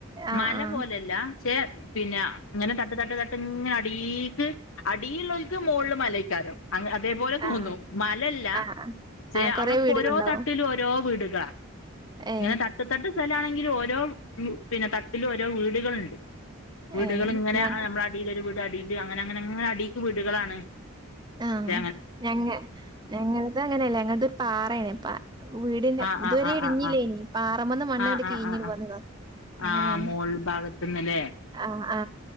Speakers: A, on the right (about 20°); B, on the left (about 70°).
A: ആ
B: മല
A: ആ
B: പോലല്ല ക്ഷേ പിന്നെ അങ്ങനെ ത തട്ട് തട്ട് തട്ട് ഇങ്ങനെ അടീക്ക് അടിളോൽക്ക് മോൾള്ള് മലേക്കാരം അങ്ങ അതേപോലെ തോന്നും
A: ആ
B: മലല്ല
A: ആ ആ
B: ചേ
A: ആ കൊറെ
B: അവിടൊക്കെ
A: വീടുകളുണ്ടാവും.
B: ഒരോ തട്ട് ത്രോ വീടുകളാ
A: ഏ
B: ങ്ങനെ തട്ട് തട്ട് സ്ഥലാണെങ്കി ൽ ഓരോ പിന്നെ തട്ടിൽ ഓരോ വീടുകളുണ്ട്. വീടുകൾ
A: ഏ
B: ഇങ്ങനെ
A: ഞാൻ
B: നമ്മുടെ അടീൽ ഒരു വീട് അടില് അങ്ങനങ്ങനെങ്ങനെ അടീക്ക് വീടുകളാണ്.
A: ആഹ്
B: ചെ
A: ഞങ്ങ ഞങ്ങളത് അങ്ങനെയല്ല ഞങ്ങത് ഒരു പാറായാണ് പ വീടിന്റെ
B: ആഹ്
A: ഇതുവരെ
B: ആഹ് ആഹ്
A: ഇടിഞ്ഞില്ല
B: ആഹ്
A: ഇനി പാറം വന്ന് മണ്ണങ്ങട്ട്
B: ആഹ് ആഹ്
A: കീഞ്ഞിട്
B: ആഹ് ആഹ്
A: പോന്നതാ
B: ആഹ്
A: അങ്ങനെയാണ്
B: ആഹ് മോൾ ഭാഗത്ത്ന്നല്ലേ
A: ആ ആ